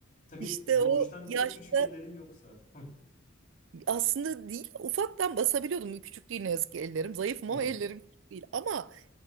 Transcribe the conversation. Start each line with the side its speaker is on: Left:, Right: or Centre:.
Left: Tabii
Right: İşte
Left: doğuştan
Right: o
Left: çok
Right: yaşta
Left: küçük ellerin yoksa. <laughs>
Right: aslında değil ufaktan basabiliyordum. Küçük değil ne yazık ki ellerim. Zayıfım
Left: Hı
Right: ama
Left: hı,
Right: ellerim küçük değil. Ama